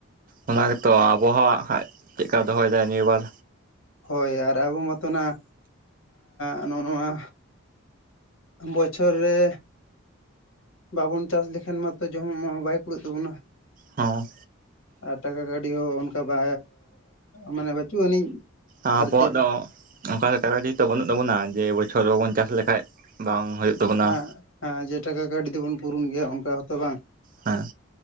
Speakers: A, on the right; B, on the left.
A: ᱚᱱᱟ ᱜᱮᱛᱚ ᱟᱵᱚᱦᱟᱣᱟ ᱦᱟᱸᱜ ᱠᱷᱟᱡ ᱪᱮᱫᱠᱟ ᱫᱚᱦᱚᱭ ᱫᱟᱭ ᱱᱤᱭᱟᱹ ᱵᱟᱨ
B: ᱦᱳᱭ ᱟᱨ ᱟᱵᱚ ᱢᱟᱚᱛᱚᱱᱟᱜ ᱮᱸ ᱱᱚᱜᱼᱚᱭ ᱱᱚᱣᱟ ᱵᱚᱪᱷᱚᱨ ᱨᱮ ᱵᱟᱵᱚᱱ ᱪᱟᱥ ᱞᱮᱠᱷᱟᱱ ᱢᱟᱛᱚ ᱡᱚᱢ ᱢᱟ ᱵᱟᱭ ᱠᱩᱲᱟᱹᱜ ᱛᱟᱵᱚᱱᱟ।
A: ᱦᱚᱸ
B: ᱟᱨ ᱴᱟᱠᱟ ᱠᱟᱹᱣᱰᱤ ᱦᱚᱸ ᱚᱱᱠᱟ ᱵᱟᱻ ᱢᱟᱱᱮ ᱵᱟᱹᱪᱩᱜ ᱟᱹᱱᱤᱡ
A: ᱟᱵᱚᱣᱟᱜ
B: ᱟᱨ ᱪᱮᱫ
A: ᱫᱚ ᱚᱱᱠᱟ ᱴᱟᱠᱟ ᱠᱟᱹᱣᱰᱤ ᱛᱚ ᱵᱟᱹᱱᱩᱜ ᱛᱟᱵᱚᱱᱟ ᱡᱮ ᱵᱚᱪᱷᱚᱨ ᱵᱟᱵᱚᱱ ᱪᱟᱥ ᱞᱮᱠᱷᱟᱡ ᱵᱟᱝ ᱦᱩᱭᱩᱜ ᱛᱟᱵᱚᱱᱟ
B: ᱦᱮᱸ ᱦᱮᱸ ᱡᱮ ᱴᱟᱠᱟ ᱠᱟᱹᱣᱰᱤ ᱛᱮᱵᱚᱱ ᱯᱩᱨᱩᱱ ᱜᱮᱭᱟ ᱚᱱᱠᱟ ᱦᱚᱸᱛᱚ ᱵᱟᱝ
A: ᱦᱮᱸ